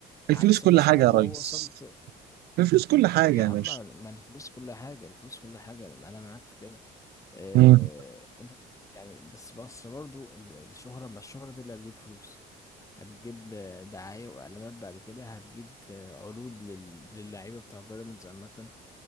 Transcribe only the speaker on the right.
الفلوس كل
حاجه يا
ريس
الفلوس كل حاجه
يا
باشا
امم